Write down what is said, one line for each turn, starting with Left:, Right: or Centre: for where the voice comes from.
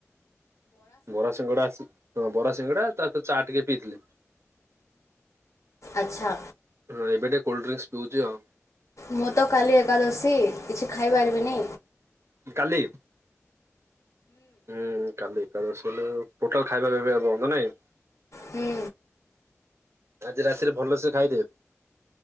Right: ବରା ସିଙ୍ଗଡା ବରା ସିଙ୍ଗଡା ତା ସହିତ ଚା ଟିକେ ପିଇଥିଲେ?
Left: ଆଚ୍ଛା
Right: ହଁ ଏବେ ଟିକେ କୋଲ୍ଡଡିଙ୍କସ ପିଉଛି ଆଉ
Left: ମୁଁ ତ କାଲି ଏକାଦଶୀ କିଛି ଖାଇପାରିବିନି
Right: କାଲି? ହୁଁ କାଲି ଏକାଦଶୀ ହେଲେ ଟୋଟାଲ ଖାଇବା ପିଇବା ବନ୍ଦ ନାଇଁ?
Left: ହୁଁ
Right: ଆଜି ରାତିରେ ଭଲସେ ଖାଇଦେ?